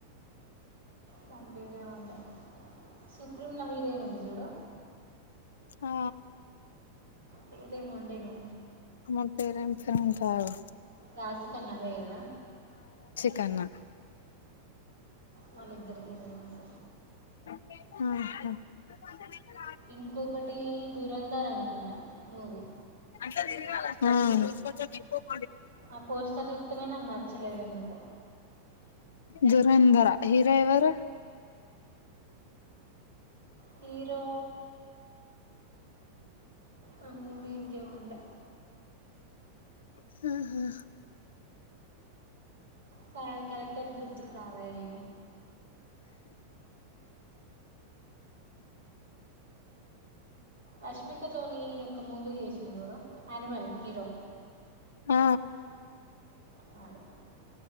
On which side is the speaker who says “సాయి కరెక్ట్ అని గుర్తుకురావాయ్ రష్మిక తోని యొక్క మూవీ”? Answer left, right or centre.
Right